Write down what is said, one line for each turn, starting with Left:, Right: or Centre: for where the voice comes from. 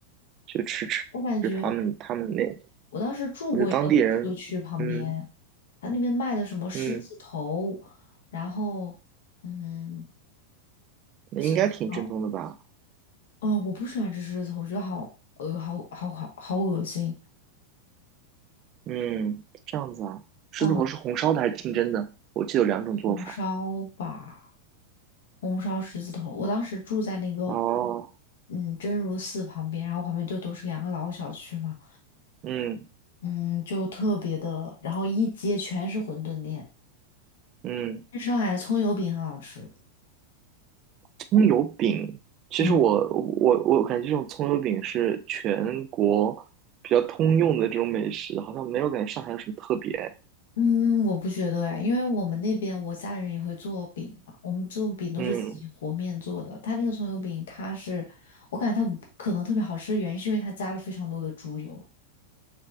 Right: 就吃吃吃他们他们那，
Left: 我感觉我当时住过一个老社区旁边，
Right: 我觉得当地人，嗯
Left: 他那边卖的什么狮子头，
Right: 嗯，
Left: 然后嗯
Right: 那应该挺正宗的吧？
Left: 小排。哦，我不喜欢吃狮子头，我觉得好呃，好好好好恶心。
Right: 嗯，这样子啊，狮子头是红烧的还是清蒸的？
Left: 哦，
Right: 我记得有两种做法。
Left: 红烧吧，红烧狮子头。我当时住在那个
Right: 哦，
Left: 嗯真如寺旁边，然后旁边就都是两个老小区嘛，
Right: 嗯
Left: 嗯，就特别的，然后一街全是馄饨店。
Right: 嗯。
Left: 上海的葱油饼很好吃，
Right: 葱油饼，其实我我我感觉这种葱油饼是全国比较通用的这种美食，
Left: 嗯。
Right: 好像没有感觉上海有什么特别。
Left: 嗯，我不觉得哎，因为我们那边我家人也会做饼嘛，我们做饼都是自己和面做的。
Right: 嗯，
Left: 他那个葱油饼，它是我感觉它可能特别好吃的原因，是因为它加了非常多的猪油，